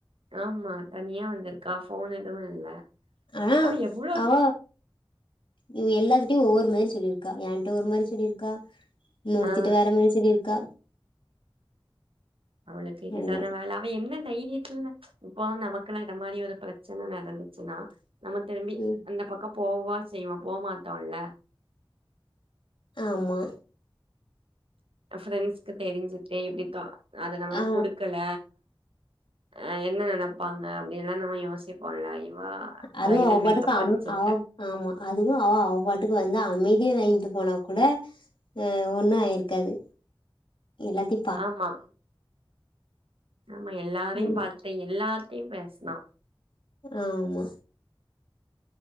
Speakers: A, on the right; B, on the left.
A: ஆமா தனியா வந்துருக்கா ஃபோனெதுவு இல்ல
B: ஆனா
A: அவ எவ்ளோ
B: அவ இவ எல்லாத்திட்டயும் ஒவ்வொரு மாரி சொல்லிருக்கா என்ட்ட ஒரு மாரி சொல்லிருக்கா இன்னொருத்திட்ட
A: ஆ
B: வேறமாரி சொல்லிருக்கா
A: அவளுக்கு இதுதான
B: என்ன
A: வேல அவ என்ன தைரியத்தில்ல இப்போ நமக்கல்லா இந்த மாரி ஒரு பிரச்சன நடந்துச்சுனா நம்ம திரும்பி
B: ம்
A: அந்த பக்கம் போவா செய்வோ போமாட்டோல்ல
B: ஆமா
A: ஃப்ரென்ஸ்க்கு தெரிஞ்சுட்டே இப்பிடித்தா அத நம்ம
B: ஆ
A: குடுக்கல அ என்ன நெனப்பாங்க அப்டில்லா நம்ம யோசிப்போல்ல வா
B: அதுவு
A: ப்ரைடல்
B: அவ பாட்டுக்கு
A: மேக்கப் படிச்சிருக்கே
B: அம் அவ ஆமா அதுவு அவ அவபாட்டுக்கு வந்து அமைதியா வாங்கிட்டு போனாக்கூட ம் ஒண்ணு ஆயிருக்காது எல்லாத்தி
A: ஆமா ஆமா எல்லாரையு
B: ம்
A: பாத்ட்டு எல்லார்ட்டயு பேசுனா
B: ஆமா